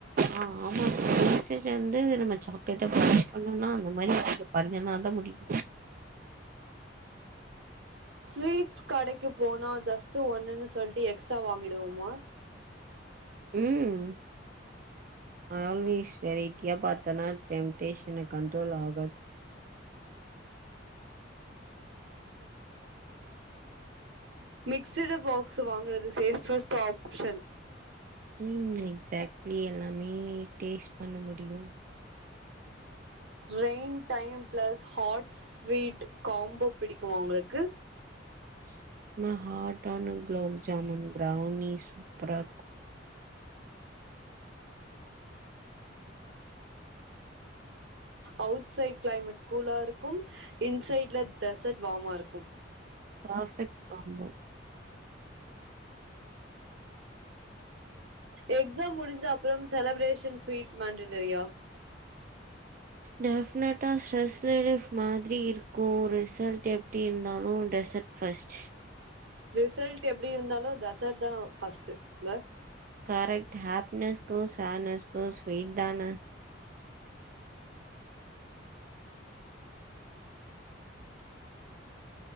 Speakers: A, on the right; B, on the right.
A: ஆ ஆமா <inaudible> வந்து நம்ம சாக்லேட்ட <inaudible> பண்ணனா அந்த மாரி பண்ணுனாதா முடியு
B: ஸ்வீட்ஸ் கடைக்கு போனா ஜஸ்ட் ஒண்ணுன்னு சொல்ட்டு எக்ஸ்ட்ரா வாங்கிடுவோமா
A: ம் ஆல்வேஸ் வெரைட்டியா பாத்தனா டெம்டேஷன்ன கண்ட்ரோல் ஆகாது
B: மிக்ஸ்டு பாக்ஸ்சு வாங்குறது சேஃபஸ்ட் ஆப்ஷன்
A: ம் எக்ஸாக்ட்லி எல்லாமே டேஸ்ட் பண்ண முடியு
B: rain time plus hot sweet combo பிடிக்குமா உங்களுக்கு
A: செம ஹாட்டான குலோப் ஜாமுன் ப்ரௌனி சூப்பரா இருக்கு
B: அவுட் சைட் கிளைமேட் கூலா இருக்கு இன்சைட்ல டசர்ட் வார்மா இருக்கு
A: ப்ராஃபெக்ட் காம்போ
B: எக்ஸாம் முடிஞ்ச அப்புறம் செலப்ரேஷன் ஸ்வீட் மாண்டட்டரியா
A: டெஃபினட்டா ஸ்ட்ரெஸ் ரிலீப் மாதிரி இருக்கு ரிசல்ட் எப்டி இருந்தாலு டெசட் ஃபஸ்ட்
B: ரிசல்ட் எப்டி இருந்தாலு தசர்ட்தா ஃபஸ்ட் இல்ல
A: கரெக்ட் ஹாப்பினஸ்கு சாட்னஸ்க்கு ஸ்வீட் தான